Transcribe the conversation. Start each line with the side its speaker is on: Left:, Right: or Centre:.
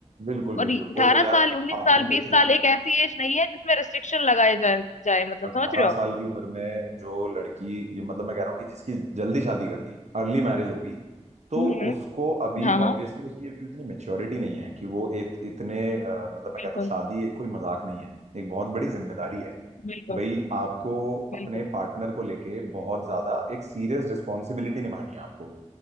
Right: बिल्कुल बिल्कुल
Left: और अठारह
Right: वो तो यार
Left: साल उन्नीस
Right: आप
Left: साल
Right: ये
Left: बीस
Right: देखो
Left: साल
Right: ना
Left: एक ऐसी एज नहीं है जिसमें रेस्ट्रिक्शन लगाए जाए जाए मतलब
Right: अठारह
Left: समझ रहे हो
Right: साल
Left: आप
Right: की उम्र में जो लड़की ये मतलब मैं कह रहा हूँ कि जिसकी जल्दी शादी कर दी अर्ली मैरिज हो गई तो
Left: हम्म
Right: उसको अभी
Left: हाँ हाँ
Right: ऑब्वियसली उसकी अभी उतनी मेच्योरिटी नहीं है कि वो इत, इतने अ, मतलब मैं
Left: बिल्कुल
Right: कहता हूँ शादी एक कोई मजाक नहीं है एक बहुत बड़ी जिम्मेदारी है
Left: बिल्कुल
Right: भाई आपको
Left: बिल्कुल
Right: अपने पार्टनर को लेके बहुत ज्यादा एक सीरियस रिस्पॉन्सिबिलिटी निभानी है आपको